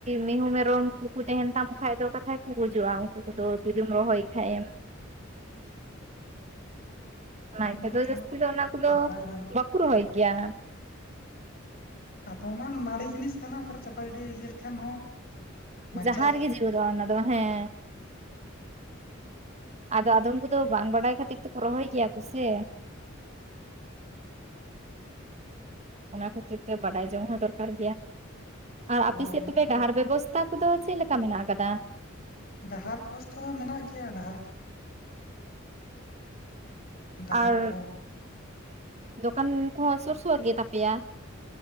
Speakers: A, on the right (about 35°); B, on the left (about 50°).
A: ᱢᱤᱦᱩ ᱢᱮᱨᱚᱢ ᱠᱚᱠᱚ ᱛᱟᱦᱮᱱ ᱛᱟᱢ ᱠᱷᱟᱡ ᱫᱚ ᱠᱟᱛᱷᱟᱭ ᱠᱚ ᱜᱩᱡᱩᱜᱼᱟ <unintelligible> ᱨᱚᱦᱚᱭ ᱠᱷᱟᱡ ᱮᱢ
B: <inaudible>
A: ᱚᱱᱟ
B: ᱚᱱᱟᱛᱮ
A: ᱤᱛᱟᱹ ᱫᱚ ᱡᱟᱹᱥᱛᱤ
B: ᱩᱱᱟᱹᱜ
A: ᱫᱚ ᱚᱱᱟ ᱠᱚᱫᱚ
B: ᱵᱟᱲᱟᱭ ᱵᱟᱝᱟ
A: ᱵᱟᱠᱚ ᱨᱚᱦᱚᱭ ᱜᱮᱭᱟ
B: ᱟᱫᱚ ᱚᱱᱟ ᱱᱟᱹᱲᱤ ᱡᱤᱱᱤᱥ ᱠᱟᱱᱟ ᱚᱠᱟᱨᱮ ᱪᱟᱯᱟᱜᱤᱰᱤ ᱤᱭᱟᱹ ᱞᱮᱠᱷᱟᱱ ᱦᱚᱸ ᱵᱟᱧᱪᱟᱜ
A: ᱡᱟᱦᱟᱸ ᱨᱮᱜᱮ
B: ᱜᱮᱭᱟ
A: ᱡᱤᱣᱮᱫᱚᱜ-ᱟ ᱚᱱᱟ ᱫᱚ ᱦᱮᱸ ᱟᱫᱚ ᱟᱫᱚᱢ ᱠᱚᱫᱚ ᱵᱟᱝ ᱵᱟᱰᱟᱭ ᱠᱷᱟᱹᱛᱤᱨ ᱛᱮᱠᱚ ᱨᱚᱦᱚᱭ ᱠᱮᱭᱟ ᱠᱚ ᱥᱮ
B: <unintelligible>
A: ᱚᱱᱟ ᱠᱷᱟᱹᱛᱤᱨ ᱛᱮ ᱵᱟᱰᱟᱭ ᱡᱚᱝ ᱦᱚᱸ ᱫᱚᱨᱠᱟᱨ ᱜᱮᱭᱟ ᱟᱨ
B: ᱦᱳᱭ
A: ᱟᱯᱮ ᱥᱮᱫ
B: ᱚᱱᱟ
A: ᱛᱮᱯᱮ
B: ᱠᱚᱫᱚ
A: ᱰᱟᱦᱟᱨ ᱵᱮᱵᱚᱥᱼᱼ ᱛᱟ ᱠᱚᱫᱚ ᱪᱮᱫ ᱞᱮᱠᱟ ᱢᱮᱱᱟᱜ ᱟᱠᱟᱫᱟ?
B: ᱰᱟᱦᱟᱨ ᱵᱮᱵᱚᱥᱛᱷᱟ ᱫᱚ ᱢᱮᱱᱟᱜ ᱜᱮᱭᱟ ᱰᱟᱦᱟᱨ ᱰᱟᱦᱟᱨ
A: ᱟᱨ
B: ᱠᱚᱦᱚᱸ
A: ᱫᱚᱠᱟᱱ ᱠᱚᱦᱚᱸ ᱥᱳᱨ ᱥᱳᱨ ᱜᱮ ᱛᱟᱯᱮᱭᱟ?